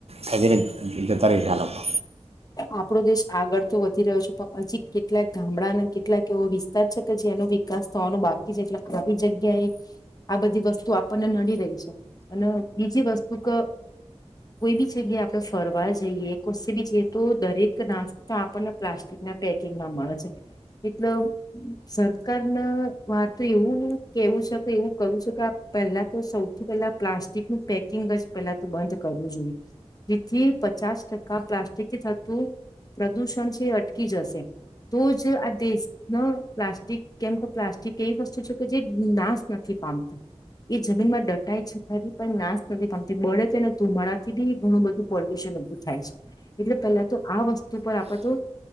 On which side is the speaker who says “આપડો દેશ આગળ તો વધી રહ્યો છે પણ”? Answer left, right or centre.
Left